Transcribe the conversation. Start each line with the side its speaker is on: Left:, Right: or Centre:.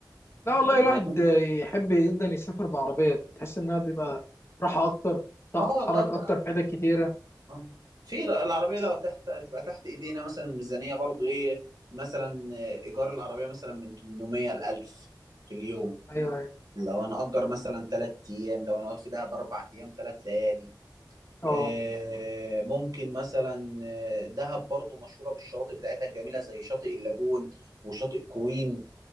Left: لا
Right: فاهمني
Left: والله الواحد
Right: يعني
Left: يحب جدا يسافر بعربية تحس إنها بيبقى راحة أكتر تعرف
Right: اه
Left: تتحرك
Right: طب
Left: أكتر في حتت كتيرة
Right: آه. في العربية
Left: بس
Right: لو تحت تبقى تحت ايدينا مثلا الميزانية برضو ايه مثلا ايجار العربية مثلا من 800 ل 1000 في اليوم
Left: أيوه أيوه
Right: لو انا اجر مثلا 3 ايام لو انا اقعد في دهب 4 ايام 3 ليالي
Left: أه
Right: آه، ممكن مثلا آه، دهب برضو مشهورة بالشواطئ بتاعتها الجميلة زي شاطئ اللاجون وشاطئ كوين